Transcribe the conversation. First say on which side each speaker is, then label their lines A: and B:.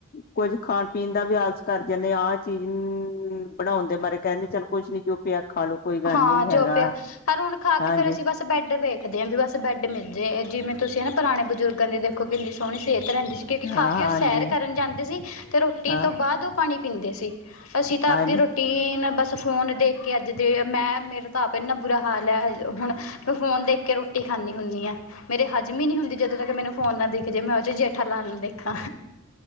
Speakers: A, on the left; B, on the left.
A: ਕੁੱਝ ਖਾਣ ਪੀਣ ਦਾ ਵੀ ਆਲਸ ਕਰ ਜਾਂਦੇ ਆਹ ਚੀਜ਼ ਬਣਾਉਂਦੇ ਮਾਰੇ ਕਹਿੰਦੇ ਚੱਲ ਕੁੱਝ ਨੀ ਜੋ ਪਿਆ ਖਾ ਲੋ ਕੋਈ ਗੱਲ
B: ਹਾਂ
A: ਨੀ
B: ਜੋ
A: ਹੈਗਾ
B: ਪਿਆ ਹਰ ਹੁਣ ਖਾ
A: ਹਾਂਜੀ
B: ਕੇ ਫੇਰ ਅਸੀਂ ਬਸ ਬੈੱਡ ਵੇਖਦੇ ਹਾਂ ਵੀ ਬਸ ਬੈੱਡ ਮਿਲਦੇ ਜਿਵੇਂ ਤੁਸੀਂ ਨਾ ਪੁਰਾਣੇ ਬਜ਼ੁਰਗਾਂ ਦੇਖੋ ਕਿੰਨੀ ਸੋਹਣੀ ਸਿਹਤ ਰਹਿੰਦੀ ਸੀ ਕਿਉਂਕਿ
A: ਹਾਂ
B: ਖਾ ਕੇ
A: ਹਾਂਜੀ
B: ਉਹ ਸੈਰ ਕਰਨ ਜਾਂਦੇ ਸੀ ਅਤੇ ਰੋਟੀ
A: ਹਾਂ
B: ਤੋਂ ਬਾਅਦ ਉਹ ਪਾਣੀ ਪੀਂਦੇ ਸੀ। ਅਸੀਂ ਤਾਂ
A: ਹਾਂਜੀ
B: ਆਪਦੀ ਰੂਟੀਨ ਬਸ ਫੋਨ ਦੇਖ ਕੇ ਅੱਜ ਦੇ ਮੈਂ ਮੇਰੇ ਤਾਂ ਆਪ ਇੰਨਾ ਬੁਰਾ ਹਾਲ ਹੈ ਹੁਣ ਮੈਂ ਫੋਨ ਦੇਖ ਕੇ ਰੋਟੀ ਖਾਂਦੀ ਹੁੰਦੀ ਆ। ਮੇਰੇ ਹਜ ਈ ਨੀ ਹੁੰਦੀ ਜਦੋਂ ਤੱਕ ਮੈਨੂੰ ਫੋਨ ਨਾਲ ਦਿਖ ਜੇ ਮੈਂ ਉਹ ਚ ਜੇਠਾ ਲਾਲ ਦੇਖਾਂ